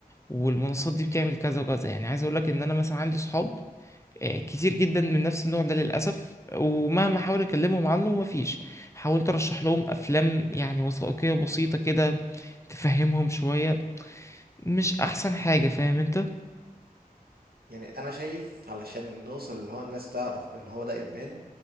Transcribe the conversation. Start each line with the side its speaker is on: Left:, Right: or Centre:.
Left: والمنصات دي بتعمل كذا وكذا يعني عايز اقول لك ان انا مثلا عندي صحاب آه، كتير جدا من نفس النوع ده للاسف ومهما احاول اكلمهم عنه مفيش حاولت ارشح لهم افلام يعني وثائقية بسيطة كده تفهمهم شوية مش احسن حاجة فاهم انت
Right: يعني انا شايف علشان نوصل اللي هو الناس تعرف اللي هو ده ادمان